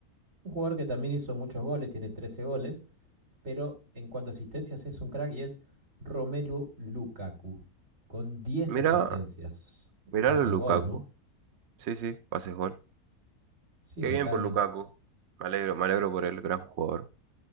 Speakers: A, on the right; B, on the right.
A: Un jugador que también hizo muchos goles, tiene 13 goles, pero en cuanto a asistencias es un crack y es Romelu Lukaku, con diez
B: Mirá,
A: asistencias.
B: mirá
A: Pases
B: a Lukaku.
A: gol, ¿no?
B: Sí, sí, pase gol.
A: Sí,
B: Qué
A: totalmente.
B: bien por Lukaku. Me alegro, me alegro por el gran jugador.